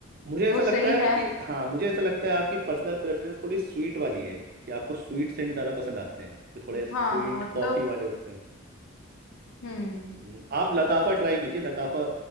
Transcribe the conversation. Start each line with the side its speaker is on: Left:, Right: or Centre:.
Right: मुझे ऐसा
Left: वो सही
Right: लगता है
Left: है
Right: कि हाँ मुझे ऐसा लगता है आपकी पर्सनल प्रेफरेंस थोड़ी स्वीट वाली है कि आपको स्वीट सेंट ज़्यादा पसंद आते हैं जो थोड़े स्वीट
Left: हाँ मतलब
Right: कॉफ़ी वाले होते हैं
Left: हम्म
Right: हम्म, आप लताफा ट्राई कीजिए लताफा